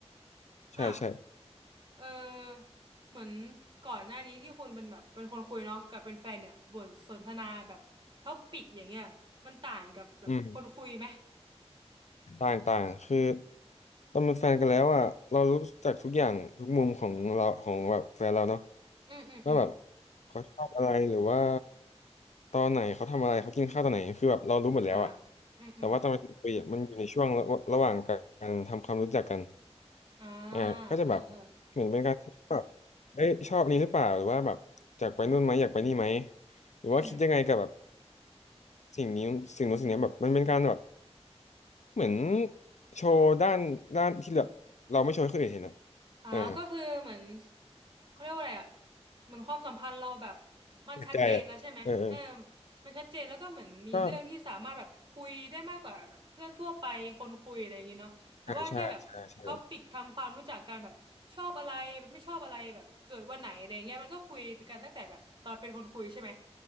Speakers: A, on the left; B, on the right.
A: ใช่ใช่
B: อ่ะเออเหมือนก่อนหน้านี้ที่คุณเป็นแบบเป็นคนคุยเนาะกับเป็นแฟนเนี่ยบทสนทนาแบบท็อปิกอย่างเงี้ยมันต่างกับแบบคนคุยไหม
A: อืมต่างต่างคือตอนเป็นแฟนกันแล้วอ่ะเรารู้จักทุกอย่างทุกมุมของเราของแบบแฟนเราเนาะ
B: อืมอืมอืม
A: ว่าแบบเขาชอบอะไรหรือว่าตอนไหนเขาทำอะไรเขากินข้าวตอนไหนคือแบบเรารู้หมดแล้วอะ
B: อ่าอืมอืม
A: แต่ว่าตอนมาคุยอะมันอยู่ในช่วงระระหว่างการทำความรู้จักกัน
B: อ่า
A: อ่าก็จะแบบ
B: เออเออ
A: เหมือนเป็นการคิดแบบเอ้ยชอบอันนี้หรือเปล่าหรือว่าแบบอยากไปนู่นไหมอยากไปนี่ไหมหรือว่าคิดยังไงกับแบบ
B: อืม
A: สิ่งนี้สิ่งนู้นสิ่งนี้แบบมันเป็นการแบบเหมือนโชว์ด้านด้านที่แบบเราไม่โชว์ให้คนอื่นเห็นอะ
B: อ่าก็คือเหมือน
A: อ่า
B: เขาเรียกว่าอะไรอ่ะเหมือนความสัมพันธ์เราแบบมันชัดเจนแล้วใช่ไหมเออ
A: เปิดใจอะเออเออ
B: มันชัดเจนแล้วก็เหมือนมีเรื่องที่สามารถแบบคุยได้มากกว่าแบบเพื่อนทั่วไปคนคุยอะไรอย่างงี้เนาะแต่ว่าแค่แบบท็อปิกทำความรู้จักกันแบบชอบอะไรไม่ชอบอะไรแบบเกิดวันไหนอะไรเงี้ยมันก็คุยกันตั้งแต่แบบตอนเป็นคนคุยใช่ไหม
A: ก็อ่าใช่ใช่ใช่